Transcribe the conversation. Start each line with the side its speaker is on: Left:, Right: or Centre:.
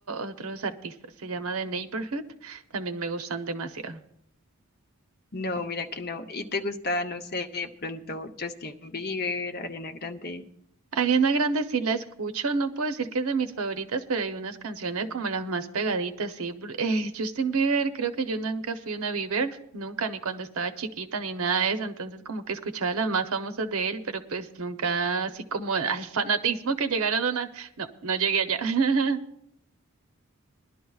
Right: otros artistas, se llama The Neighborhood, también me gustan demasiado.
Left: No, mira que no. ¿Y te gusta, no sé, de pronto Justin Bieber, Ariana Grande?
Right: Ariana Grande sí la escucho, no puedo decir que es de mis favoritas, pero hay unas canciones como las más pegaditas, sí. Bru- <laughs> eh, Justin Bieber, creo que yo nunca fui una Bieber, nunca, ni cuando estaba chiquita, ni nada de eso, entonces como que escuchaba las más famosas de él, pero pues nunca así como al fanatismo que llegaron unas, no, no llegué allá. <laughs>